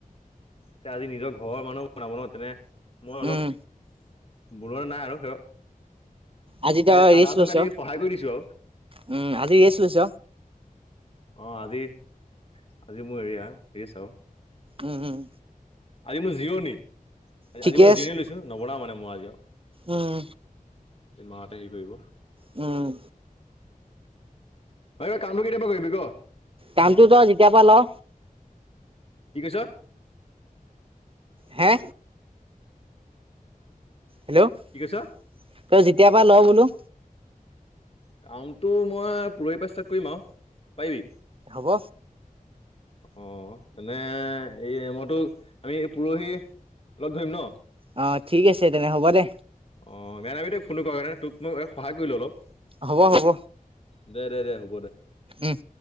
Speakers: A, on the left; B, on the right.
A: এতিয়া আজি নিজৰ ঘৰৰ মানুহ বনাব ন তেনে, মই অলপ
B: উম
A: বৰোৱা নাই আৰু হেয়।
B: আজি তই
A: এ আদা
B: ৰেষ্ট
A: ৰচুন
B: লৈছ
A: কাটি সহায় কৰি দিছোঁ আৰু।
B: উম আজি ৰেষ্ট লৈছ
A: অ আজি, আজি মোৰ এৰিয়া এ চাওঁ।
B: উম উম।
A: আজি মোৰ জিৰণি,
B: ঠিকে
A: আজি মই
B: আছে
A: জিৰণি লৈছো। নবনাওঁ মানে মই আজিও।
B: উম।
A: মাহঁতে হেৰি কৰিব।
B: উম।
A: অই তই কামটো কেতিয়াৰ পৰা কৰিবি ক?
B: কামটো ত‌ই যেতিয়াৰ পৰা ল।
A: কি কৈছ?
B: হে? হেল্ল' তই
A: কি কৈছ
B: যেতিয়াৰ পৰা ল বোলো।
A: কামটো মই পৰহি পৰা ষ্টাৰ্ট কৰিম আৰু, পাৰিবি?
B: হ'ব
A: অ এনে এই মইতো আমি এই পৰহি লগ ধৰিম ন
B: অ ঠিক আছে তেনে হ'ব দে
A: অ বেয়া নাপাবি দে ফোনটো কৰ কাৰণে তোক মই সহায় কৰিলো অলপ
B: হ'ব হ'ব
A: দে দে হ'ব দে
B: উম